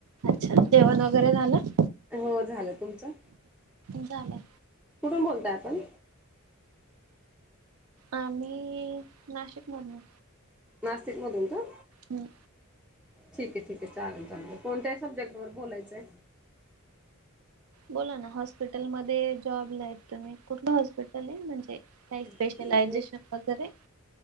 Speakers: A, on the right; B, in the centre.
A: अच्छा जेवण वगैरे झालं?
B: हो झालं तुमचं?
A: झालं
B: कुठून बोलताय आपण?
A: आम्ही अ नाशिकमधन.
B: नाशिकमधून का?
A: हम्म.
B: ठीकय ठीकय चालेल चालेल कोणत्या सब्जेक्ट वर बोलायचंय?
A: बोला ना हॉस्पिटलमध्ये जॉबला आहेत तुम्ही कुठलं हॉस्पिटल आहे म्हणजे काही स्पेशलायझेशन
B: आहे
A: वगैरे